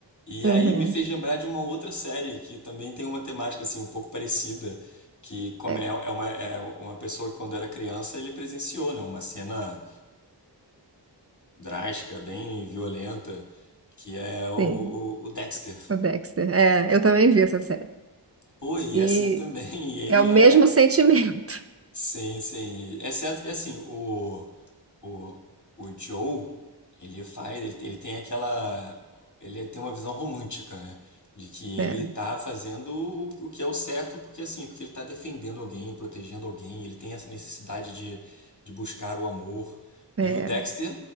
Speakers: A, on the left; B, on the right.
A: E
B: Uhum.
A: aí me fez lembrar de uma outra série que também tem uma temática assim um pouco parecida, que como
B: É,
A: é, é uma, é uma pessoa que quando era criança ele presenciou, né, uma cena drástica, bem violenta, que é o,
B: sim,
A: o, o Dexter.
B: o Dexter. É, eu também vi essa série.
A: Pô, e
B: E
A: é assim também, <laughs> ele
B: é o mesmo
A: é
B: sentimento,
A: Sim, sim. É certo que assim, o, o, o Joe, ele faz, ele, ele tem aquela, ele tem uma visão romântica, né? De
B: <laughs>
A: que
B: né?
A: ele tá fazendo o, o que é o certo, porque assim, porque ele tá defendendo alguém, protegendo alguém, ele tem essa necessidade de, de buscar o amor.
B: É,
A: E o Dexter,